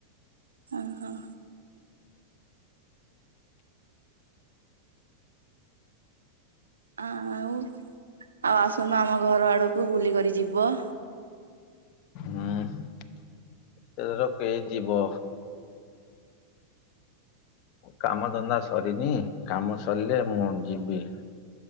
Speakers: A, on the right; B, on the left.
A: ହ ହଁ। ଆ ଆଉ ଆଉ ଆସୁନ ଆମ ଘର ଆଡକୁ ବୁଲିକରି ଯିବ।
B: ହୁଁ ଏଥର କେ ଯିବ। କାମ ଧନ୍ଦା ସରିନି କାମ ସରିଲେ ମୁଁ ଯିବି।